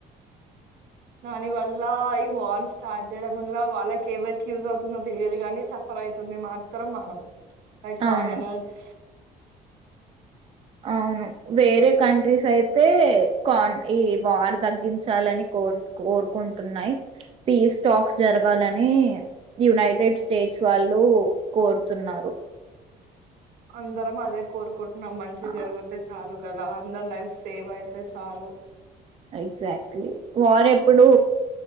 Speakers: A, on the right; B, on the right.
A: దాని వల్ల ఈ వార్ స్టార్ట్ చేయడం వల్ల వాళ్ళకి ఎవరికి యూజ్ అవుతుందో తెలియదు కానీ సఫర్ సఫర్ అవుతుంది మాత్రం మనం లైక్
B: అవును
A: కామెనర్స్
B: అవును వేరే కంట్రీస్ అయితే కాన్ ఈ వార్ తగ్గించాలని కోరు కోరుకుంటున్నాయి ఈ స్టాక్స్ జరగాలని యునైటెడ్ స్టేట్స్ వాళ్ళు కోరుతున్నారు
A: అందరం అదే కోరుకుంటున్నాం మంచి
B: ఆ
A: జరిగితే చాలు కదా అందరు లైఫ్ సేవ్ అయితే చాలు
B: ఎగ్జాక్ట్లీ వార్ ఎప్పుడు